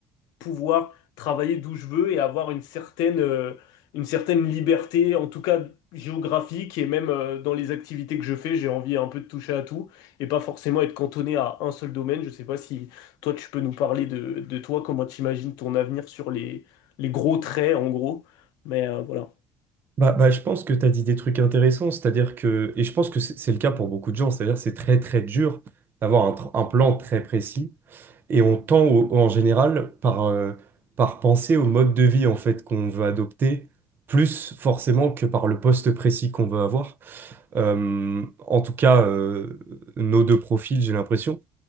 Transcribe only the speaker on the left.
pouvoir travailler d'où je veux et avoir une certaine, euh, une certaine liberté, en tout cas géographique, et même euh, dans les activités que je fais, j'ai envie un peu de toucher à tout, et pas forcément être cantonné à un seul domaine. Je sais pas si toi, tu peux nous parler de, de toi, comment tu imagines ton avenir sur les, les gros traits, en gros. Mais euh, voilà.